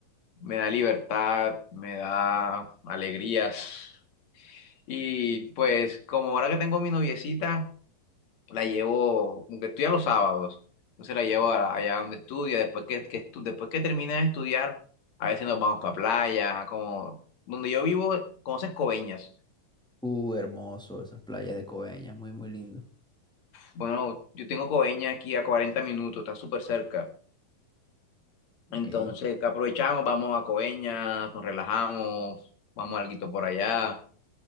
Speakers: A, on the left; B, in the centre.
A: Me da libertad, me da alegrías. Y pues como ahora que tengo mi noviecita, la llevo, aunque estudia los sábados, entonces la llevo a- allá donde estudia. Después que, que estu- después que termina de estudiar, a veces nos vamos para playa, como donde yo vivo, conoces Coveñas.
B: Uh, hermoso, esas playas de Coveñas, muy, muy lindo.
A: Bueno, yo tengo Coveñas aquí a 40 minutos, está súper cerca.
B: Ok.
A: Entonces, ¿qué aprovechamos? Vamos a Coveñas, nos relajamos, vamos a alguito por allá